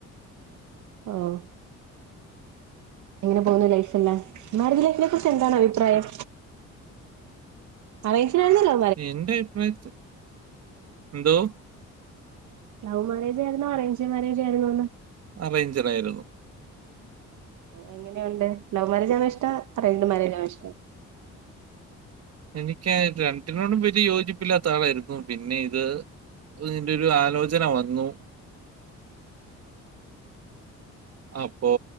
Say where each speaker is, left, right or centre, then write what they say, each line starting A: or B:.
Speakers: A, on the right (about 75°); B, on the right (about 55°).
A: ആഹ് എങ്ങനെ പോകുന്നു ലൈഫെല്ലാം മാരിഡ് ലൈഫിനെ കുറിച്ച് എന്താണ് അഭിപ്രായം അറേഞ്ചട് തന്നല്ലോ
B: എന്റെ അഭിപ്രായത്തിൽ എന്തോ
A: ലവ് മാരേജ് ആയിരുന്നോ അറേഞ്ച് മാരേജ് ആയിരുന്നോ
B: അറേഞ്ചർ ആയിരുന്നു
A: എങ്ങനെ ഉണ്ട് ലവ് മാരേജാണോ ഇഷ്ടം അറേൻജ്ട് മരേജ് ആണോ ഇഷ്ടം
B: എനിക്ക് രണ്ടിനോടും വലിയ യോജിപ്പില്ലാത്ത ആളായിരുന്നു പിന്നെ ഇത് നിന്റെ ഒരു ആലോചന വന്നു അപ്പോ